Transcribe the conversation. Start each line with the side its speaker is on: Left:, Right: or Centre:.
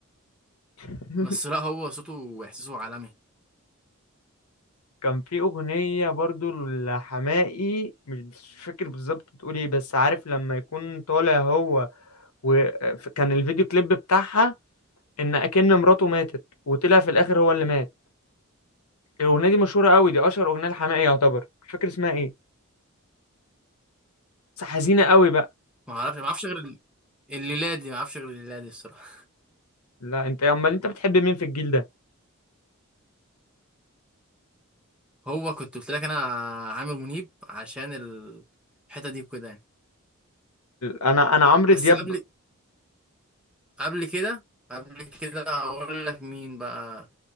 Left: <laughs>
Centre: بس لا هو صوته واحساسه عالمي
Left: كان في أغنية برضو لحماقي مش فاكر بالظبط بتقول ايه بس عارف لما يكون طالع هو وكان الفيديو كليب بتاعها إن أكن مراته ماتت وطلع في الآخر هو اللي مات الأغنية دي مشهورة قوي دي أشهر أغنية لحماقي يعتبر مش فاكر اسمها ايه بس حزينة قوي بقى
Centre: ما اعرفش ما اعرفش غير ال- الليله دي ما اعرفش غير الليله دي الصراحه
Left: لا أنت أمال أنت بتحب مين في الجيل ده؟
Centre: هو كنت قلت لك انا عامر منيب عشان الحته دي وكده يعني
Left: أنا أنا عمرو
Centre: بس
Left: دياب
Centre: قبل قبل كده قبل كده هقول لك مين بقى